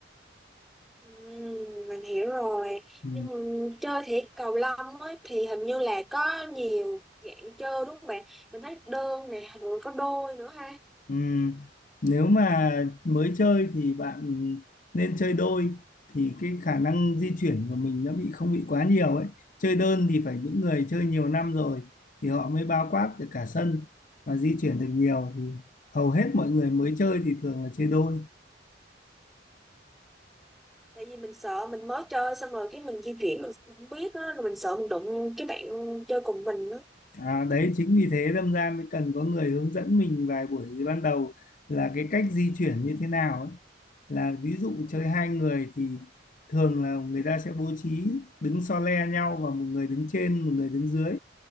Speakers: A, in the centre; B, on the left (about 45°).
A: Ừm, mình hiểu rồi
B: Ừ.
A: nhưng mà chơi thể cầu lông ấy, thì hình như là có nhiều dạng chơi đúng không bạn mình thấy đơn nè rồi có đôi nữa ha
B: Ừm, Nếu mà mới chơi thì bạn nên chơi đôi thì cái khả năng di chuyển của mình nó bị không bị quá nhiều ấy. Chơi đơn thì phải những người chơi nhiều năm rồi thì họ mới bao quát được cả sân và di chuyển được nhiều thì hầu hết mọi người mới chơi thì thường là chơi đôi.
A: tại vì mình sợ mình mới chơi xong rồi cái mình di chuyển mình không biết á rồi mình sợ mình đụng cái bạn chơi cùng mình á
B: À, đấy chính vì thế đâm ra mới cần có người hướng dẫn mình vài buổi ban đầu là cái cách di chuyển như thế nào ấy. là ví dụ chơi hai người thì thường là người ta sẽ bố trí đứng so le nhau và một người đứng trên một người đứng dưới